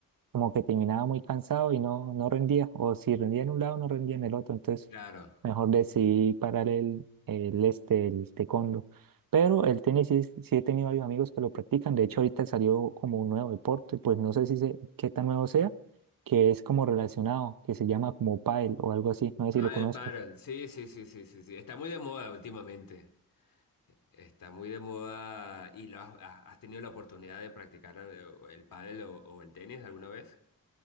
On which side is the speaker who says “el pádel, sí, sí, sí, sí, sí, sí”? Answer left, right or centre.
Left